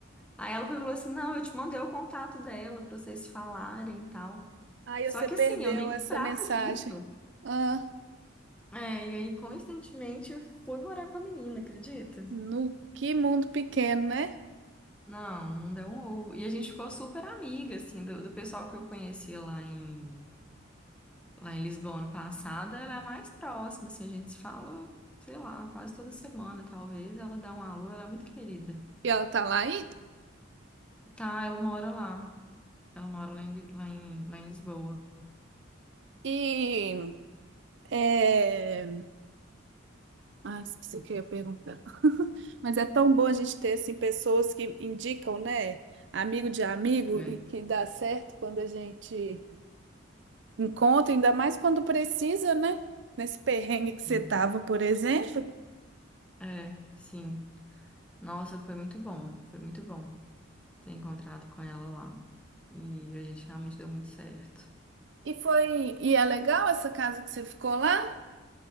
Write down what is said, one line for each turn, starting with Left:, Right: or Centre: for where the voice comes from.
Centre: Aí ela foi e falou assim, não, eu te mandei o contato dela pra vocês se falarem e tal.
Right: Aí
Centre: Só
Right: você
Centre: que
Right: perdeu
Centre: assim, eu nem lembrava
Right: essa mensagem.
Centre: disso.
Right: Ah,
Centre: É, e aí, coincidentemente, eu fui morar com a menina, acredita?
Right: no que mundo pequeno, né?
Centre: Não, não deu um ovo. E a gente ficou super amiga, assim, do, do pessoal que eu conheci lá em, lá em Lisboa ano passado, ela é a mais próxima, assim, a gente se fala, sei lá, quase toda semana, talvez. Ela dá um alô, ela é muito querida.
Right: E ela tá lá ainda.
Centre: Tá, ela mora lá. Ela mora lá em, lá em, lá em Lisboa.
Right: E é... Ai, esqueci o que eu ia perguntar. <laughs> Mas é tão bom a gente ter assim, pessoas que indicam, né? Amigo de amigo
Centre: É,
Right: e que dá certo quando a gente encontra, ainda mais quando precisa, né? Nesse perrengue que você
Centre: sim.
Right: tava, por exemplo.
Centre: É, sim. Nossa, foi muito bom, foi muito bom ter encontrado com ela lá. E a gente realmente deu muito certo.
Right: E foi, e é legal essa casa que você ficou lá?